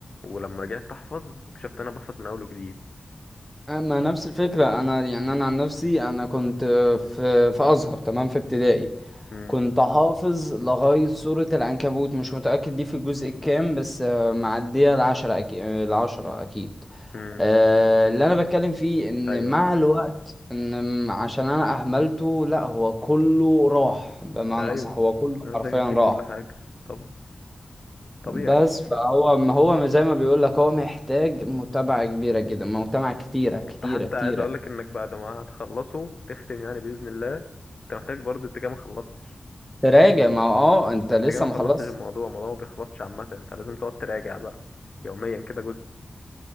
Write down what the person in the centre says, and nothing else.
اما نفس الفكرة انا يعني انا عن نفسي انا كنت في في ازهر تمام في ابتدائي
كنت حافظ لغاية سورة العنكبوت مش متأكد دي في الجزء الكام بس آه، معدية العشرة أكيد العشرة أكيد
آه، اللي أنا بتكلم فيه إن
مع
الوقت إن م- عشان أنا أهملته لأ هو كله راح بمعنى
أصح هو كله
حرفيا
راح
بس فهو ما هو زي ما بيقول لك هو محتاج متابعة كبيرة جدا متابعة كتيرة كتيرة
كتيرة
تراجع ما هو اه انت
لسه
ما
خلصت